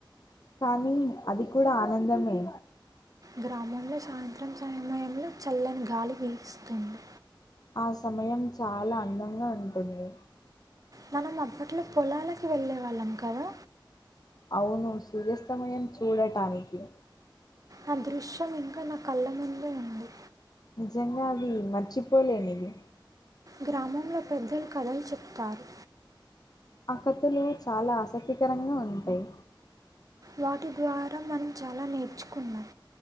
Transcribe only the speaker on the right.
గ్రామంలో సాయంత్రం సమయంలో చల్లని గాలి వీస్తుంది
మనం అప్పట్లో పొలాలకి వెళ్ళే వాళ్ళం కదా
ఆ దృశ్యం ఇంకా నా కళ్ళ ముందే ఉంది
గ్రామంలో పెద్దలు కథలు చెప్తారు
వాటి ద్వారా మనం చాలా నేర్చుకున్నాం